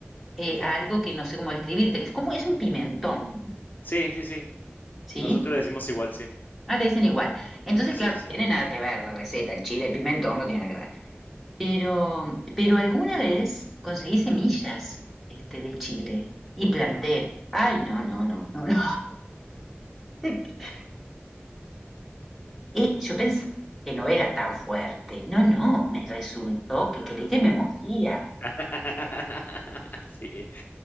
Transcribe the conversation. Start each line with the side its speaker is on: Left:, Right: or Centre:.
Centre: eh,
Left: ya.
Centre: a algo que no sé cómo describirte, que es como es un pimentón,
Left: Sí, sí, sí.
Centre: ¿sí?
Left: Nosotros le decimos igual, sí.
Centre: Ah, le dicen igual. Entonces,
Left: Sí,
Centre: claro,
Left: sí,
Centre: no
Left: sí.
Centre: tiene nada que ver la receta, el chile, el pimentón no tiene nada que ver. Pero, pero alguna vez conseguí semillas este, de Chile y planté.
Left: Ujú.
Centre: Ay, no, no, no, no, no. <laughs> Eh, yo pensé que no era tan fuerte. No, no, me resultó que creí que me moría.
Left: <laughs> Sí.